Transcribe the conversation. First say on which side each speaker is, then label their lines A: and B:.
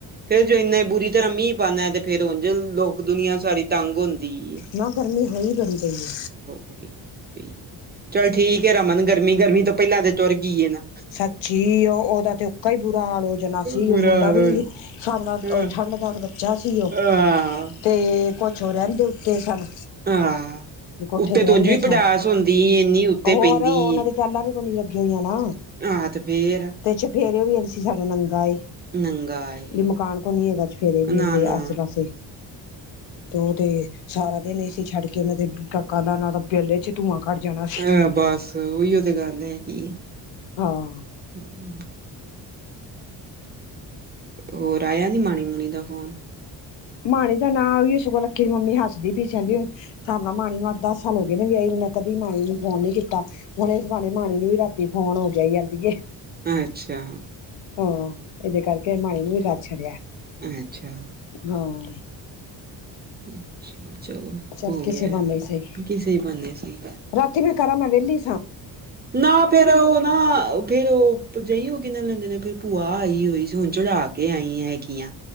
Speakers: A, on the right; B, on the left.
A: ਫੇਰ ਜੋ ਇੰਨੇ ਬੁਰੀ ਤਰ੍ਹਾਂ ਮੀਂਹ ਪਾਣਾ, ਤੇ ਫੇਰ ਉਂਜ ਲੋਕ ਦੁਨੀਆਂ ਸਾਰੀ ਤੰਗ ਹੁੰਦੀ ਏ।
B: ਨਾ ਗਰਮੀ ਹੋਈ ਬੜੀ ਪਈ ਏ।
A: ਬੜੀ ਹੋਈ ਪਈ ਚੱਲ ਠੀਕ ਐ, ਰਮਨ ਗਰਮੀ ਗਰਮੀ ਤੋਂ ਪਹਿਲਾਂ ਤੇ ਟੁਰ ਗੀ ਏ ਨਾ।
B: ਸੱਚੀ ਓ ਉਦਾ ਤੇ ਓਕਾ ਈ ਬੁਰਾ ਹਾਲ ਹੋ ਜਨਾ ਸੀ
A: ਬੁਰਾ
B: ਓ ਮੁੰਡਾ
A: ਹਾਲ
B: ਵੀ
A: ਹੋ ਜਾ
B: <unintelligible>
A: ਹਾਂ
B: ਠੰਡ ਪਾਲਦਾ ਬੱਚਾ ਸੀ ਉਹ
A: ਆਹ
B: ਤੇ ਕੁੱਛ ਰੈਂਦੇ ਈ ਉੱਤੇ ਸਨ।
A: ਹਾਂ
B: ਕੋਠੇ
A: ਉੱਤੇ
B: ਤੇ
A: ਤਾਂ
B: ਰਹਿੰਦੇ
A: ਉਂਜ ਵੀ
B: ਸਨ
A: ਪਡਾਸ ਹੁੰਦੀ ਏ ਏਨੀ ਉੱਤੇ
B: ਹੋਰ
A: ਪੈਂਦੀ
B: ਉਹਨਾਂ
A: ਏ।
B: ਦੇ ਟੈਲਾਂ ਕੋਈ ਵੀ ਲੱਗੀਆਂ ਹੋਈਆਂ ਨਾ।
A: ਹਾਂ ਤੇ ਫਿਰ
B: ਤੇ ਚਫੇਰੇ ਵੀ ਏਸੀ ਨੰਗਾ ਏ।
A: ਨੰਗਾ ਏ
B: ਵੀ ਮਕਾਨ ਕੋਨੀ ਹੈਗਾ ਚਫੇਰੇ ਵੀ
A: ਨਾ
B: ਏਦੇ
A: ਨਾ
B: ਆਸੇ-ਪਾਸੇ ਤੇ ਓ ਤੇ ਸਾਰਾ ਦਿਨ ਏਸੀ ਛੱਡ ਕੇ ਓਨਾਂ ਦੇ ਕਾਕਾਂ ਦਾ ਓਨਾਂ ਦੇ ਬੇਲੇ ਚ ਧੂੰਆਂ ਘੱਟ ਜਾਣਾ ਸੀ
A: ਹਾਂ ਬਸ ਓਹੀਓ ਤੇ ਗੱਲ ਹੈਗੀ।
B: ਹਾਂ।
A: ਹੂ,,, ਹੋਰ ਆਇਆ ਨੀ ਮਾਣੀ-ਮੁਣੀ ਦਾ ਫੋਨ?
B: ਮਾਣੀ ਦਾ ਨਾਂ ਵੀ ਉਸ ਕੋਲ ਦੀ ਮੰਮੀ ਹੱਸਦੀ ਪਈ ਚਲੀਏ ਹਿਸਾਬ ਨਾਲ ਮਾਣੀ ਨੂੰ ਅੱਠ ਦਸ ਹੋ ਗੇ ਨੇ ਵਿਆਹੀ ਨੂੰ ਮੈਂ ਕਦੀ ਮਾਣੀ ਨੂੰ ਫੋਨ ਨੀ ਕੀਤਾ। ਹੁਣ ਏਸ ਬਹਾਨੇ ਮਾਣੀ ਨੂੰ ਵੀ ਰਾਤੀ ਫੋਨ ਹੋ ਗਿਆ ਜਾਂਦੀ ਏ।
A: ਅੱਛਾ।
B: ਹਾਂ ਏਦੇ ਕਰਕੇ ਮਾਣੀ ਨੂੰ ਵੀ ਕਰ ਛੱਡਿਆ।
A: ਅੱਛਾ।
B: ਹਾਂ।
A: ਅੱਛਾ ਚਲੋ
B: ਚੱਲ
A: ਹੋ
B: ਕਿਸੇ
A: ਗਿਆ
B: ਬਹਾਨੇ ਹੀ ਸਹੀ
A: ਕਿਸੇ ਬਾਨੇ ਸੀ।
B: ਰਾਤੀ ਕਰਾਂ ਮੈਂ ਵੇਲੀ।
A: ਨਾ ਫਿਰ ਓ ਨਾ ਫਿਰ ਓ <unintelligible> ਹੋਗੀ ਲੈਂਦੇ ਨੇ ਫਿਰ ਭੂਆ ਆਈ ਹੋਈ ਸੀ ਹੁਣ ਚੜਾ ਕੇ ਆਈ ਹੈਗੀ ਆਂ।